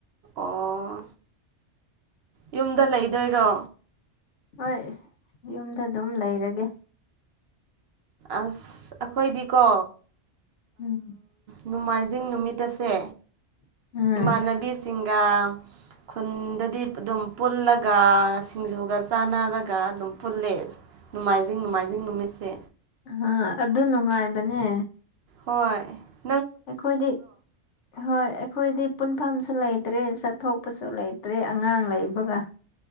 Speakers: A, on the right; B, on the left.
A: ꯑꯣ ꯌꯨꯝꯗ ꯂꯩꯗꯣꯏꯔꯣ
B: ꯍꯣꯏ ꯌꯨꯝꯗ ꯑꯗꯨꯝ ꯂꯩꯔꯒꯦ
A: ꯑꯁ ꯑꯩꯈꯣꯏꯗꯤꯀꯣ
B: ꯎꯝ
A: ꯅꯣꯡꯃꯥꯏꯖꯤꯡ ꯅꯨꯃꯤꯠ ꯑꯁꯦ
B: ꯎꯝ
A: ꯏꯃꯥꯟꯅꯕꯤꯁꯤꯡꯒ ꯈꯨꯟ ꯗꯗꯤ ꯑꯗꯨꯝ ꯄꯨꯜꯂꯒ ꯁꯤꯡꯖꯨꯒ ꯆꯥꯟꯅꯔꯒ ꯑꯗꯨꯝ ꯄꯨꯜꯂꯦꯉꯥꯏꯖꯤꯡ ꯅꯨꯃꯥꯏꯖꯤꯡ ꯅꯨꯃꯤꯃꯦꯁꯦ
B: ꯑ ꯑꯗꯨ ꯑꯗꯨ ꯅꯅꯨꯡꯉꯥꯏꯕꯅꯦ
A: ꯑꯣꯏꯣꯏ
B: ꯑꯩꯈꯣꯏꯗꯤ ꯍꯣꯏ ꯍꯈꯣꯏꯗꯤ ꯄꯨꯟꯐꯝꯁꯨ ꯂꯩꯇ꯭ꯔꯦ ꯆꯠꯊꯣꯛꯄꯁꯨ ꯂꯩꯇ꯭ꯔꯦ ꯑꯉꯥꯡ ꯂꯩꯕꯒ